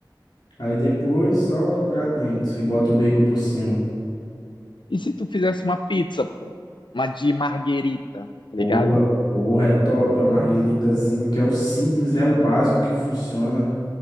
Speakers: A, on the left; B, on the left.
A: Aí depois só pra dentro e bota o bacon por cima.
B: E se tu fizesse uma pizza, pô? Uma de marguerita, tá
A: Porra,
B: ligado?
A: porra, é top, ó, margueritazinha, que é o simples, né? O básico que funciona.